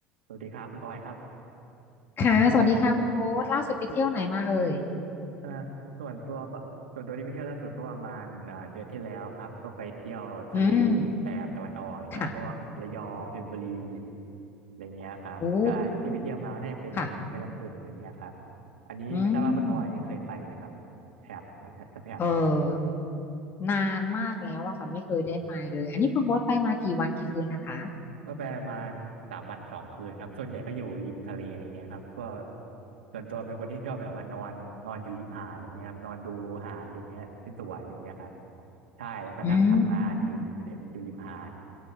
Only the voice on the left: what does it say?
ค่ะสวัสดีค่ะคุณโบ๊ทล่าสุดไปเที่ยวไหนมาเอ่ย
อืม
ค่ะ
โอ้ค่ะ
อืม เออ นานมากแล้วอะค่ะไม่เคยได้ไปเลย อันนี้คุณโบ๊ทไปมากี่วันกี่คืนนะคะ
อืม